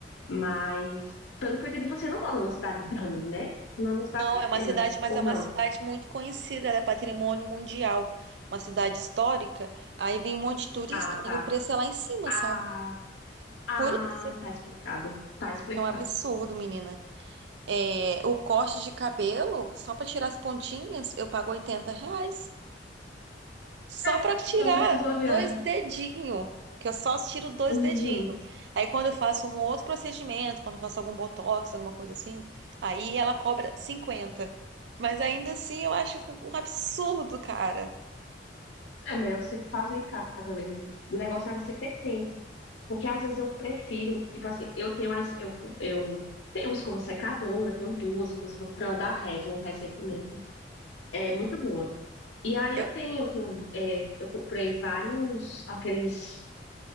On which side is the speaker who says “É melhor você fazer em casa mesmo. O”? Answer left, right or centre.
Left